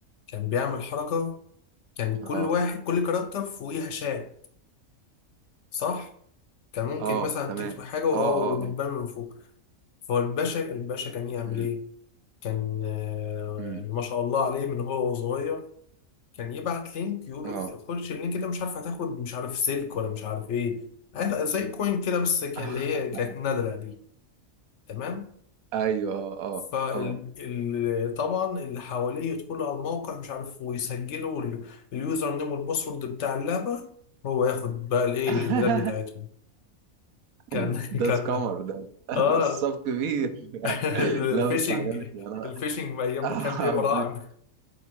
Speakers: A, on the left (about 65°); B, on the right (about 80°).
A: كان بيعمل حركه كان كل
B: اه
A: واحد كل كاركتر فوقيها شاه صح كان ممكن
B: اه
A: مثلا
B: تمام
A: تكتب حاجه وهو
B: اه اه
A: وبتبان
B: اه
A: من فوق فالباشا الباشا كان يعمل
B: امم
A: ايه كان آه،
B: امم
A: ما شاء الله عليه من هو صغير كان يبعت لينك يقول
B: اه
A: خش اللينك ده مش عارف هتاخد مش عارف سلك ولا مش عارف ايه عارف زي كوين كده بس كان
B: <laughs>
A: اللي هي كانت نادرة دي تمام
B: ايوه اه
A: فطبعا
B: اه
A: اللي حواليه يدخلوا على الموقع مش عارف ويسجلوا ال- اليوزر نيم والباسورد بتاع اللعبة هو ياخد بقى الايه
B: اه
A: الايميلات بتاعتهم
B: <laughs>
A: كان <laughs>
B: ده
A: كان
B: سكامر ده
A: اه
B: نصاب كبير
A: <laughs>
B: <laughs> لا
A: الفيشنج
B: بس عجبتني انا
A: الفيشنج ايام
B: <laughs>
A: ما كان ايه براعم